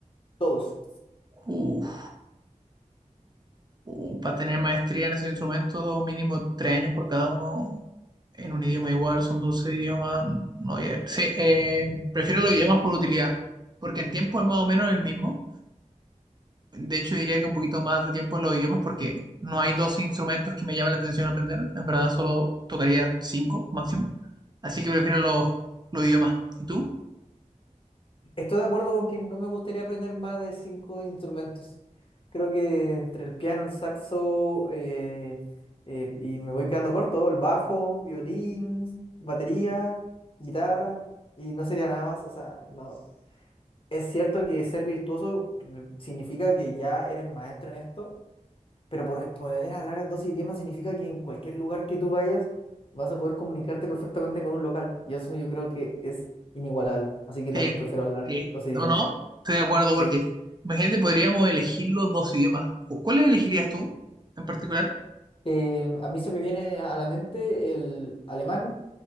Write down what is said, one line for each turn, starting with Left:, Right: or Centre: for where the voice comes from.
Left: Todos.
Right: Uf, uh, para tener maestría en esos instrumentos, mínimo tres años por cada uno en un idioma igual, son 12 idiomas. No, ya- sí, eh, prefiero los idiomas por utilidad, porque en tiempo es más o menos el mismo. De hecho, diría que un poquito más de tiempo en los idiomas porque no hay dos instrumentos que me llamen la atención aprender. En verdad, solo tocaría cinco máximo. Así que prefiero los, los idiomas. ¿Y tú?
Left: Estoy de acuerdo con que no me gustaría aprender más de cinco instrumentos. Creo que entre el piano, el saxo, eh, eh, y me voy quedando corto, el bajo, violín, batería, guitarra, y no sería nada más. O sea, no. Es cierto que ser virtuoso mm, significa que ya eres maestro en esto Pero por- poder hablar dos idiomas significa que en cualquier lugar que tú vayas vas a poder comunicarte perfectamente con un local. Y eso yo creo que es inigualable. Así que
Right: Sí,
Left: también prefiero hablar
Right: sí.
Left: dos idiomas.
Right: ¿O no? Estoy de acuerdo
Left: Sí.
Right: porque, imagínate, podríamos elegir los dos idiomas. ¿Cu- ¿Cuál elegirías tú en particular?
Left: Eh, a mí se me viene a la mente el alemán